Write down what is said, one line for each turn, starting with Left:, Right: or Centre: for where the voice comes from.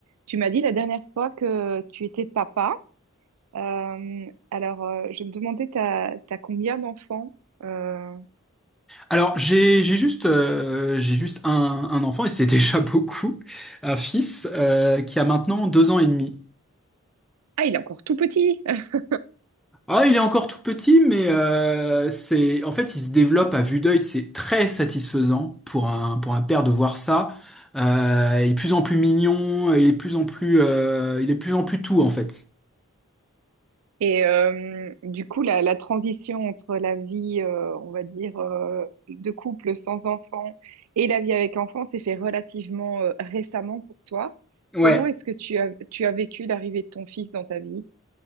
Right: Tu m'as dit la dernière fois que tu étais papa. Euh, alors, euh, je me demandais, t'as, t'as combien d'enfants? Euh,
Centre: Alors, j'ai j'ai juste, euh, j'ai juste un, un enfant, et c'est déjà <laughs> beaucoup, un fils euh, qui a maintenant deux ans et demi.
Right: Ah, il est encore tout petit. <laughs>
Centre: Ah, il est encore tout petit, mais euh, c'est, en fait, il se développe à vue d'œil, c'est très satisfaisant pour un, pour un père de voir ça. Euh, il est de plus en plus mignon, il est de plus en plus, euh, il est de plus en plus tout, en fait.
Right: Et euh, du coup, la, la transition entre la vie, euh, on va dire, euh, de couple sans enfant et la vie avec enfant s'est fait relativement euh, récemment pour toi.
Centre: Ouais,
Right: Comment est-ce que tu as, tu as vécu l'arrivée de ton fils dans ta vie?